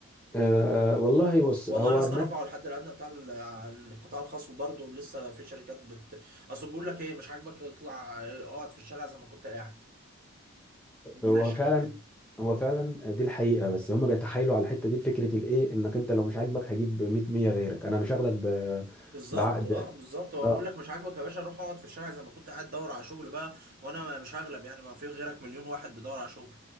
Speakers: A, in the centre; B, on the right.
A: أه آه، والله بص
B: والله
A: هو
B: يا اسطى
A: الناس
B: رفعوا الحد الادنى بتاع ال- القطاع الخاص وبرضه لسه في شركات بت اصل بيقول لك ايه مش عاجبك اطلع اقعد في الشارع زي ما كنت قاعد بيقول
A: هو
B: للشباب
A: فعلا
B: كده
A: هو فعلا دي الحقيقه بس هم بيتحايلوا على الحته دي بفكره الايه انك انت لو مش عاجبك هجيب 100 100 غيرك انا مش هاخدك ب...
B: بالظبط
A: بعقد
B: اه بالظبط هو
A: اه
B: بيقول لك مش عاجبك يا باشا روح اقعد في الشارع زي ما كنت قاعد دور على شغل بقى وانا مش هغلب يعني ما في غيرك مليون واحد بيدور على شغل